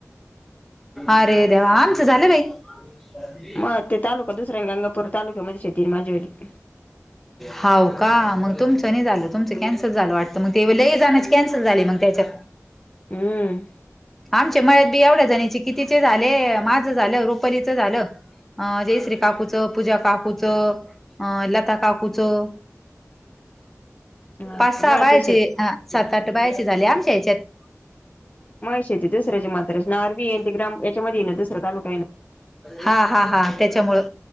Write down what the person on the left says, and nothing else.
मग ते तालुका दुसराये ना, गंगापूर तालुक्यामध्ये शेतीये ना माझीवाली.
हम्म.
हा
मग
ते शेत
मनीषाची दुसऱ्याची म्हाताऱ्याच्या नावावर बी ये, गाम याच्यामध्ये ये ना दुसरा तालुका ये ना.